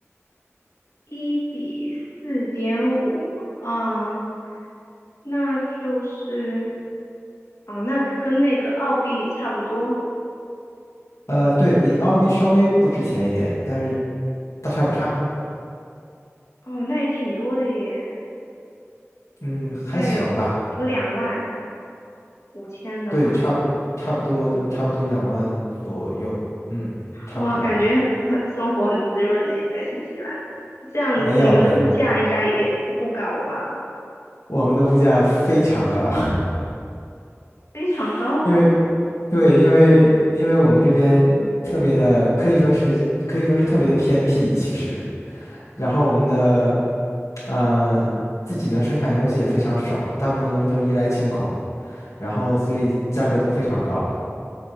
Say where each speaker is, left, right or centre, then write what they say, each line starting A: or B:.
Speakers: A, on the left; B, on the left.
A: 一比四点五，啊，那就是。哦，那跟那个澳币差不多。
B: 呃，对，比澳币稍微不值钱一点，但是大差不差。
A: 哦，那也挺多的耶，
B: 嗯，还行吧。
A: 应该有有两万五千的话，
B: 对，差差不多，差不多两万左右。嗯，差不多。
A: 哇，感觉很很生活很滋润呢，在新西兰。这样你们的物价应该也不高吧？
B: 没有没有，我们的物价非常高，
A: 非常高，
B: <laughs> 因为对，因为因为我们这边特别的，可以说是可以说是特别的偏僻，其实。然后我们的嗯、呃自己呢生产的东西也非常少，大部分东西都依赖进口，然后所以价格都非常高。